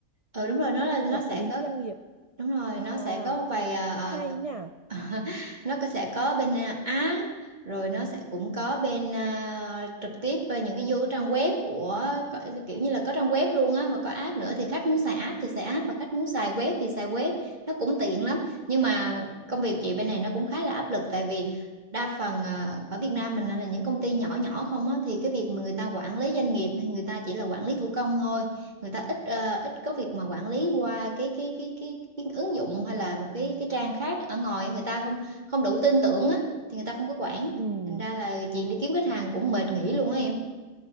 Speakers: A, on the right; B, on the right.
A: ừ đúng rồi nó là nó
B: quản
A: sẽ
B: lý
A: có
B: doanh nghiệp
A: đúng rồi
B: à
A: nó sẽ có một vài à,
B: hay nhỉ
A: à, <laughs> nó có- sẽ có bên à, app rồi nó sẽ cũng có bên à, trực tiếp bên những cái vô cái trang web của có- kiểu như là có trang web luôn á mà có app nữa thì khách muốn xài app thì xài app và khách muốn xài web thì xài web nó cũng tiện lắm nhưng mà công việc chị bên này nó cũng khá là áp lực tại vì đa phần à, ở Việt Nam mình là những công ty nhỏ nhỏ không á thì cái việc mà người ta quản lý doanh nghiệp thì người ta chỉ là quản lý thủ công thôi người ta ít ờ, ít có việc mà quản lý qua cái cái cái cái cái ứng dụng hay là một cái cái trang khác ở ngoài người ta không không đủ tin tưởng á thì người ta không có quản
B: ừ
A: thành ra là chị đi kiếm khách hàng cũng mệt nghỉ luôn á em